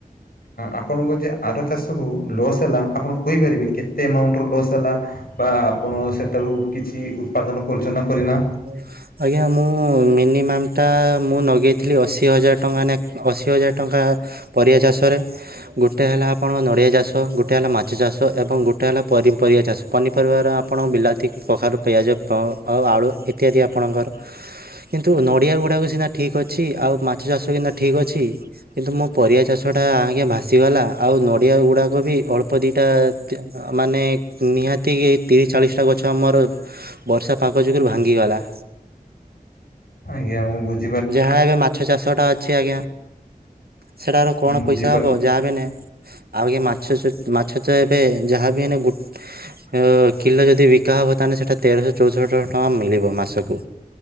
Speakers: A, on the left (about 75°); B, on the right (about 85°).
A: ଆପଣଙ୍କ ଯେ ଆର ଚାଷରୁ ଲସ୍ ହେଲା ଆପଣ କହିପାରିବେ କେତେ ଆମାଉଣ୍ଟର ଲସ୍ ହେଲା। ବା ଆପଣ ସେଠାରୁ କିଛି ଉତ୍ପାଦନ କରଛନା କରିନା।
B: ହଁ ଆଜ୍ଞା ମୁଁ ମିନିମାମ୍ ଟା ମୁଁ ଲଗାଇଥିଲି ଅଶୀ ହଜାର ଟଙ୍କା ନା ଅଶୀ ହଜାର ଟଙ୍କା ପରିବା ଚାଷ ରେ ଗୋଟେ ହେଲା ଆପଣଙ୍କ ନଡ଼ିଆ ଚାଷ, ଗୋଟେ ହେଲା ମାଛ ଚାଷ ଏବଂ ଗୋଟେ ହେଲା ପ- ପରିବା ଚାଷ। ପନିପରିବାରେ ଆପଣ ବିଲାତି, କଖାରୁ, ପିଆଜ ଆଉ ଆଳୁ ଇତ୍ୟାଦି ଆପଣଙ୍କର କିନ୍ତୁ ନଡ଼ିଆ ଗୁଡ଼ାକ ସିନା ଠିକ ଅଛି, ଆଉ ମାଛ ଚାଷ ସିନା ଠିକ ଅଛି କିନ୍ତୁ ମୋ ପରିବା ଚାଷ ଟା ଆଜ୍ଞା ଭାସିଗଲା, ଆଉ ନଡ଼ିଆ ଗୁଡ଼ାକ ବି ଅଳ୍ପ ଦିଟା ମାନେ ନିହାତି ତିରିଶ - ଚାଳିଶଟା ଗଛ ଆମର ବର୍ଷା ପାଗ ଯୋଗୁ ରୁ ଭାଙ୍ଗିଗଲା।
A: ଆଜ୍ଞା ମୁଁ ବୁଝି
B: ଯାହା ଏବେ ମାଛ ଚାଷ ଟା ଅଛି ଆଜ୍ଞା। ସେଟାରୁ କଣ
A: ବୁଝିପାର
B: ପଇସା ହବ ଯାହା ବିନେ ଆଉ ଆଜ୍ଞା ମାଛ ମାଛ ତ ଏବେ ଯାହାବି ହେନେ କିଲୋ ଯଦି ବିକା ହବ ତାହେଲେ ସେଟା ତେରଶହ - ଚଉଦ ଶହ ଟଙ୍କା ମିଳିବ ମାସକୁ।